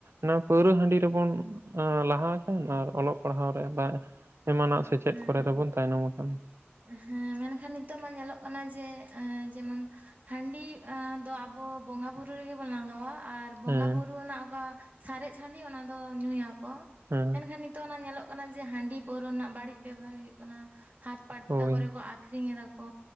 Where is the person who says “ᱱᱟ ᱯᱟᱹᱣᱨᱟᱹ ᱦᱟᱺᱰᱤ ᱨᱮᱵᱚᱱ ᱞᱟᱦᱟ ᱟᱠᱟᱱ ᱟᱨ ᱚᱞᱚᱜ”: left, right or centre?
Right